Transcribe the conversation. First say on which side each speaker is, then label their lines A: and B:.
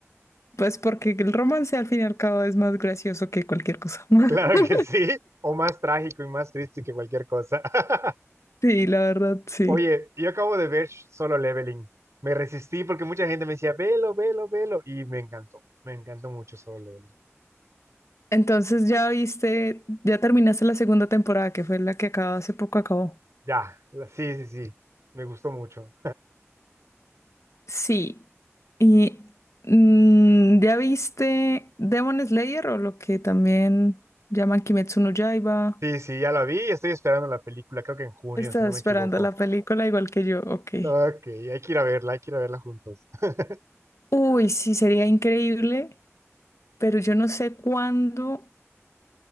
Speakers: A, on the left; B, on the right.
A: pues porque el romance al fin y al cabo es más gracioso que cualquier cosa. <laughs>
B: Claro que sí. O más trágico y más triste que cualquier cosa. <laughs>
A: Sí, la verdad, sí.
B: Oye, yo acabo de ver Solo Leveling. Me resistí porque mucha gente me decía, velo, velo, velo. Y me encantó. Me encantó mucho Solo Leveling.
A: Entonces ya viste, ya terminaste la segunda temporada, que fue la que acaba hace poco acabó.
B: Ya, la- sí, sí, sí. Me gustó mucho.
A: Sí. Y mm, ya viste Demon Slayer o lo que también llaman Kimetsu no Yaiba.
B: Sí, sí, ya la vi y estoy esperando la película. Creo que en junio,
A: Estás
B: si no me
A: esperando
B: equivoco.
A: la película igual que yo, ok.
B: Ok, hay que ir a verla, hay que ir a verla juntos. <laughs>
A: Uy, sí, sería increíble, pero yo no sé cuándo.